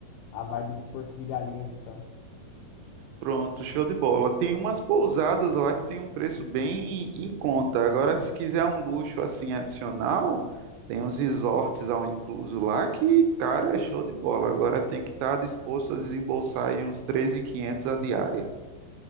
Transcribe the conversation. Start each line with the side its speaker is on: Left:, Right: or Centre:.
Left: a vibe de Porto de Galinhas, então.
Right: Pronto, show de bola. Tem umas pousadas lá que tem um preço bem em conta. Agora, se quiser um luxo assim adicional, tem uns resorts ao incluso lá que, cara, é show de bola. Agora tem que estar disposto a desembolsar aí uns treze mil e quinhentos a diária.